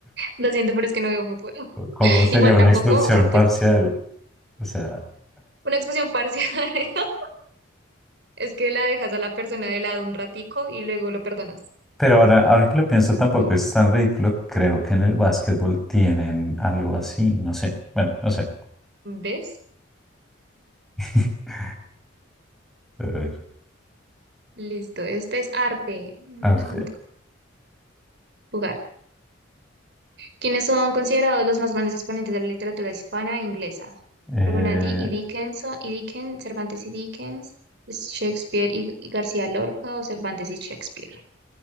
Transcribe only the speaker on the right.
Lo siento, pero es que no veo fútbol. <laughs>
Igual
tampoco,
o sea,
pues
una expulsión parcial <laughs> es que la dejas a la persona de lado un ratico y luego lo perdonas.
<laughs>
¿Ves?
Listo, este es arte. Me
encanta jugar. quienes son considerados los más grandes exponentes de la literatura hispana e inglesa.
Rogonati y Dickens, y Dickens, Cervantes y Dickens, Shakespeare y, y García Lorca o Cervantes y Shakespeare.